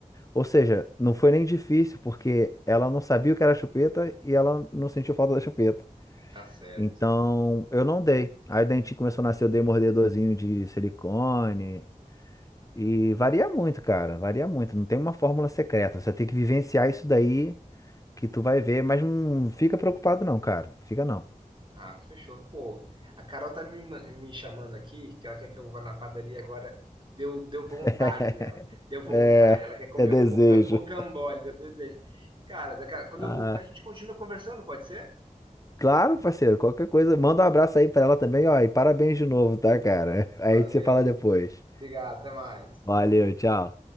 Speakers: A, on the left; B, on the right.
A: Ou seja, não foi nem difícil, porque ela não sabia o que era chupeta e ela não sentiu falta da chupeta.
B: tá certo.
A: Então, eu não dei. Aí o dentinho começou a nascer, eu dei mordedorzinho de silicone. E varia muito, cara, varia muito. Não tem uma fórmula secreta. Você tem que vivenciar isso daí que tu vai ver, mas não fica preocupado não, cara. Fica não.
B: Ah, fechou. Pô, a Carol tá me, ma- me chamando aqui, que ela quer que eu vá na padaria agora. Deu, deu vontade
A: <laughs>
B: nela. Deu vontade.
A: É,
B: Ela quer comer
A: é desejo.
B: um roca- rocambole, deu desejo. E, cara, daqui a- quando
A: Ah,
B: eu voltar, a gente continua conversando, pode ser?
A: claro, parceiro, qualquer coisa, manda um abraço aí pra ela também, ó, e parabéns de novo, tá, cara? <laughs> Aí
B: Valeu,
A: você fala depois.
B: obrigado, até mais.
A: Valeu, tchau.